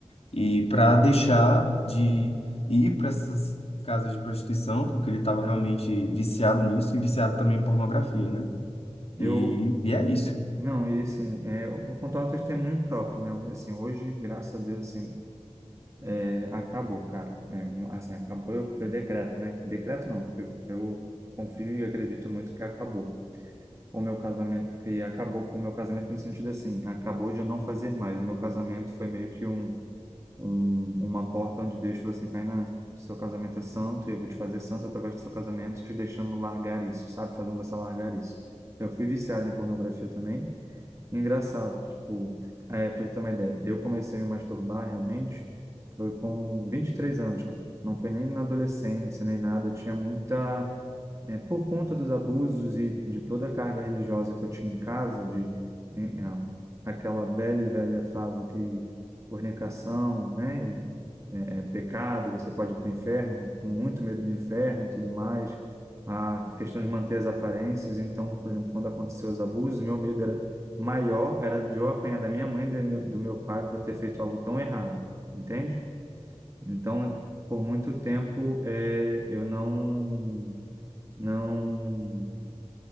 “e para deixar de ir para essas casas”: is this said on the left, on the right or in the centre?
Left